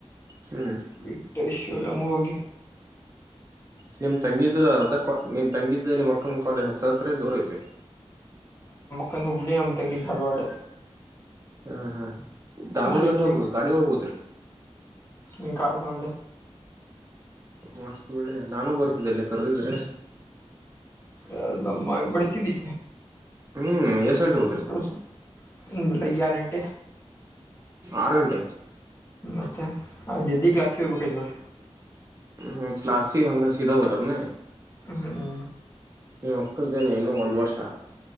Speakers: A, on the right; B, on the left.
A: ಹ್ಮ್
B: ಬಿಟೇಶ್ ಲಮ್ಮುಹೋಗೆ
A: ನಿಮ್ ತಂಗಿದು ಅದ್ ಅರ್ಧ ನಿಮ್ ತಂಗಿದು ನಿಮ್ಮ್ಕ್ಕನ ಕೊಲೆ ಹತ್ರ ಹ ದೂರ ಐತೆ
B: ಕಲ್ಲುಬ್ಳಿ ನಮ್ ತಂಗಿ ಧಾರವಾಡ
A: ಹಾ ಹಾ ಧಾರ್ವಾಡ್ದಂಕ
B: ಸಿಟಿಯು
A: ಆಗ್ಬದು ಗಾಡಿ ಒಳ ಹೋದ್ರಿ
B: ಹ ಕಾಡತೊಂಡ
A: ಮಸ್ತ್ ಒಳ್ಳೆ ನಾನು ಬರ್ತಿದ್ದೆಲ್ಲಿ ಕರೆದಿದ್ರೆ
B: ಏ ನಮ್ಮ ಬಡುತಿದ್ದಿ
A: ಹ್ಮ್ ಎಷ್ಟ್ ಗಂಟೆ ಹೋದ್ರಿ
B: ಮುದ್ದಾಸ ಲ್ಲ ಯಾರ ಗ್ಯಾರಂಟಿ
A: ಆರು ಗಂಟೆ
B: ಮತ್ತೆ ಅದುದ್ದಿ ಕ್ಲಾಸ್ ಕೇಳಬೇಕು ಈಗ
A: ಹ್ಮ್ ಕ್ಲಾಸಿ ಹಂಗ ಸೀಧಾ ಹೋದರೇನೇ
B: ಹ್ಮ್್ಮ
A: ನಿ ಮಕ್ಕಂದೇನೆ ಇನ್ನು ಒಂದ್ ವರ್ಷ